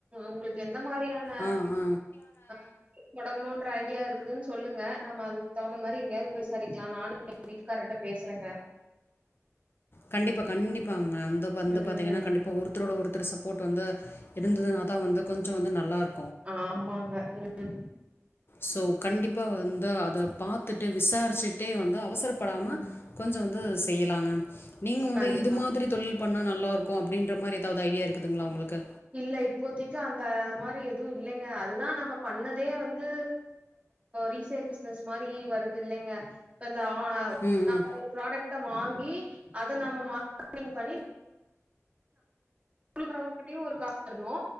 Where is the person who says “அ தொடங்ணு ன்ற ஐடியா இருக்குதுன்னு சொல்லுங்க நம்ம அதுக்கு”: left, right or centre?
Right